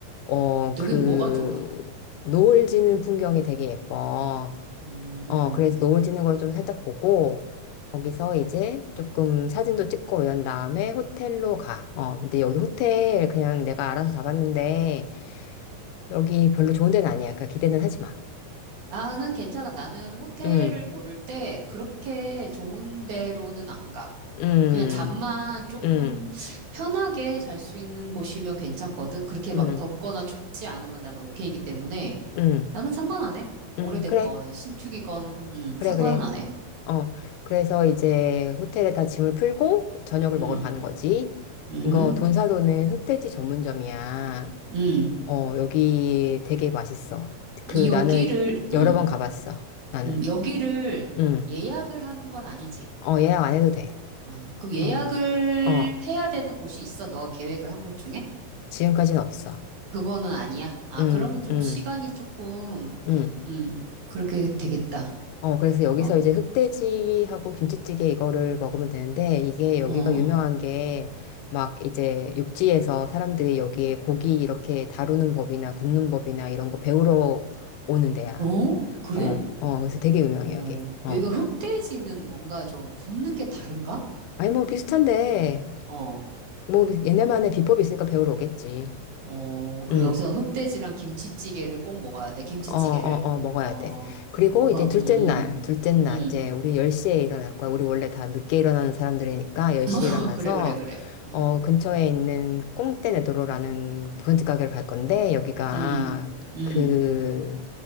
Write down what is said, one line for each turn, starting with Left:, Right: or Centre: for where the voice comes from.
Left: 어, 그
Right: 여긴 뭐가 좋아?
Left: 노을 지는 풍경이 되게 예뻐.
Right: 음.
Left: 어, 그래서 노을 지는 걸 좀 살짝 보고 거기서 이제 조금 사진도 찍고 이런 다음에 호텔로 가. 어, 근데 여기 호텔 그냥 내가 알아서 잡았는데 여기 별로 좋은 데는 아니야. 그러니까 기대는 하지 마.
Right: 나는 괜찮아. 나는 호텔을
Left: 응,
Right: 고를 때 그렇게 좋은 데로는 안 가.
Left: 응,
Right: 그냥 잠만 조금
Left: 응,
Right: 편하게 잘 수 있는 곳이면 괜찮거든. 그렇게
Left: 응,
Right: 막 덥거나 춥지 않으면 나는 오케이이기 때문에
Left: 응,
Right: 나는 상관 안 해. 오래됐건
Left: 응. 그래,
Right: 신축이건 음,
Left: 그래,
Right: 상관은
Left: 그래.
Right: 안 해.
Left: 어, 그래서 이제 호텔에다 짐을 풀고 저녁을
Right: 음.
Left: 먹으러 가는 거지.
Right: 음,
Left: 이거 돈사도는 흑돼지 전문점이야.
Right: 음.
Left: 어, 여기 되게 맛있어. 그
Right: 이 여기를,
Left: 나는 여러
Right: 음,
Left: 번 가봤어. 나는.
Right: 음, 여기를
Left: 응.
Right: 예약을 하는 건 아니지.
Left: 어, 예약 안 해도 돼.
Right: 아, 그럼 예약을
Left: 어, 어.
Right: 해야 되는 곳이 있어? 너가 계획을 한 곳 중에?
Left: 지금까지는 없어.
Right: 그거는 아니야. 아,
Left: 응,
Right: 그러면 좀
Left: 응,
Right: 시간이 조금,
Left: 응.
Right: 음, 그렇게 되겠다.
Left: 어, 그래서 여기서
Right: 어,
Left: 이제 흑돼지하고 김치찌개 이거를 먹으면 되는데, 이게 여기가
Right: 어,
Left: 유명한 게, 막 이제 육지에서 사람들이 여기에 고기 이렇게 다루는 법이나 굽는 법이나 이런 거 배우러 오는 데야.
Right: 어? 그래?
Left: 어, 어, 그래서 되게 유명해,
Right: 어,
Left: 여기. 어.
Right: 여기가 흑돼지는 뭔가 좀 굽는 게 다른가?
Left: 아니, 뭐 비슷한데,
Right: 어,
Left: 뭐 얘네만의 비법이 있으니까 배우러 오겠지.
Right: 어, 그리고
Left: 응.
Right: 여기서 흑돼지랑 김치찌개를 꼭 먹어야 돼. 김치찌개를.
Left: 어, 어, 어, 먹어야
Right: 어,
Left: 돼. 그리고
Right: 뭐가,
Left: 이제 둘째
Right: 음,
Left: 날, 둘째 날,
Right: 음.
Left: 이제 우리 10시에 일어날 거야. 우리 원래 다 늦게 일어나는 사람들이니까 10시에
Right: <laughs> 어,
Left: 일어나서,
Right: 그래, 그래, 그래. 어,
Left: 어, 근처에 있는 꽁떼네도로라는 부잣집 가게를 갈 건데, 여기가
Right: 음, 음.
Left: 그,